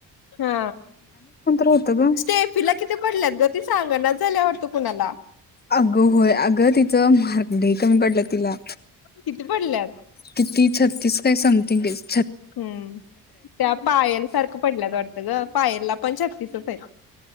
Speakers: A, on the left (about 65°); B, on the left (about 25°).
A: हा
B: होतं गं.
A: स्टेफीला किती पडल्यात ग ती सांग ना. झाल्यावाटत कुणाला.
B: अगं होय, अगं तिचं मार्क लई कमी पडल्यात तिला
A: किती पडल्यात?
B: किती? त्यात तीस काय समथिंग गेस.
A: हम्म त्या पायल सारखं पडल्यात वाटतं ग. पायलला पण छत्तीसच आहेत.